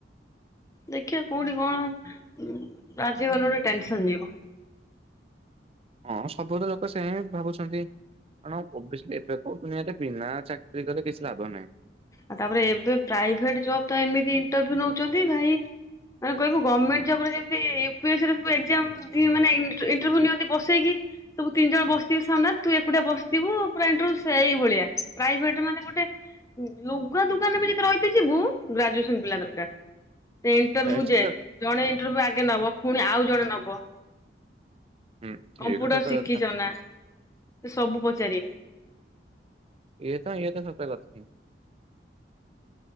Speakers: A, on the left (about 20°); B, on the right (about 35°).
A: ଦେଖିବା କୋଉଠି କଣ ରାଜୀବନ ଗୋଟେ ଟେନସନ ଯିବ।
B: ହଁ ସବୁ ତ ଲୋକ ସେ ହି ଭାବୁଛନ୍ତି କାରଣ ଏବେ କ ଦୁନିଆରେ ବିନା ଚାକିରୀ କଲେ କିଛି ଲାଭ ନାହିଁ।
A: ଆଉ ତାପରେ ଏବେ ପ୍ରାଇଭେଟ ଜବ୍ ତ ଏମିତି ଇଣ୍ଟର୍ୟୁ ନଉଛନ୍ତି ଭାଇ ମାନେ କହିବୁ ଗଣ୍ଣମେଣ୍ଟ ଜବରେ ଯେମତିି ୟୁପିଏସି ରେ ସବୁ ଏକ୍ସାମ୍ ମାନେ ଇଣ୍ଟରୁ ନିଅନ୍ତି ବସେଇକି ସବୁ ତିନି ଜଣ ବସିଥିବୁ ସାମ୍ନାରେ ତୁ ଏକୁଟିଆ ବସିଥିବୁ ପୁର ଇଣ୍ୁଇ ଭଳିଆ ପ୍ରଭେଟ ମାନେ ଗୋଟେ ଲୁଗା ଦୁୋକାନରେବେ ଯଦି ରହିଥ ଯିବୁ ଗ୍ରାଜୁଏସନ ପିଲା ଦରକାର। ସେ ଇଣ୍ଟରଭ୍ୟୁ
B: ଏଇଟା
A: ଯେ
B: ସତ
A: ଜଣେ ଇଣ୍ଟରଭି୍ୟୁ ଆଗେ ନବ ପୁଣି ଆଉ ଜଣେ ନବ।
B: ହୁଁ
A: କମ୍ପୁଟର
B: ଇଏ ତ ସତ
A: ଶିଖିଛ
B: କଥା
A: ନା ସେ ସବୁ ପ। ଜାର।
B: ଏ ତ ଏତ ସ। କଥା ପାଇଁ।